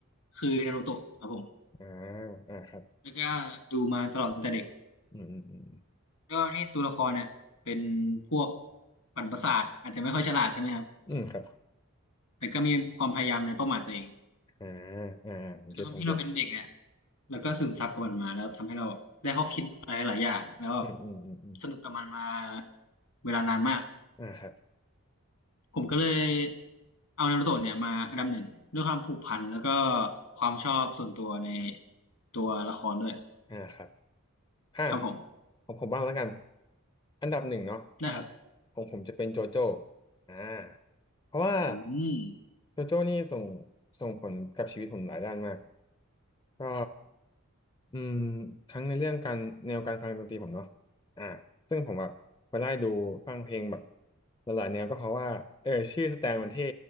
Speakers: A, on the left (about 65°); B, on the left (about 20°).
A: คือนารูโตะครับผม
B: อ่าอ่าครับ
A: แล้วก็ดูมาตลอดตั้งแต่เด็ก
B: อืมอืมอืม
A: ด้วยความที่ตัวละครเนี่ยเป็นพวกปั่นประสาทอาจจะไม่ค่อยฉลาดใช่ไหมครับ
B: อืมครับ
A: แต่ก็มีความพยายามในเป้าหมายตัวเอง
B: อ่าอ่าผมเก็ตผมเก็ต
A: แล้วด้วยความที่เราเป็นเด็กเนี่ยแล้วก็ซึมซับกับมันมาแล้วทำให้เราได้ข้อคิดอะไรหลายอย่างแล้วแบบ
B: อืมอืมอืมอืม
A: สนุกกับมันมาเวลานานมาก
B: อ่าครับ
A: ผมก็เลยเอานารูโตะเนี่ยมาอันดับหนึ่งด้วยความผูกพันแล้วก็ความชอบส่วนตัวในตัวละครด้วย
B: อ่าครับ อ่ะ
A: ครับผม
B: ของผมบ้างแล้วกันอันดับหนึ่งเนาะ
A: นะครับ
B: ของผมจะเป็นโจโจ้อ่าเพราะว่า
A: อืม
B: โจโจ้นี่ส่งส่งผลกับชีวิตผมหลายด้านมากก็อืมทั้งในเรื่องการแนวการฟังดนตรีผมเนาะอ่าซึ่งผมแบบไปไล่ดูฟังเพลงแบบหลายๆแนวก็เพราะว่าเออชื่อสแตนมันเท่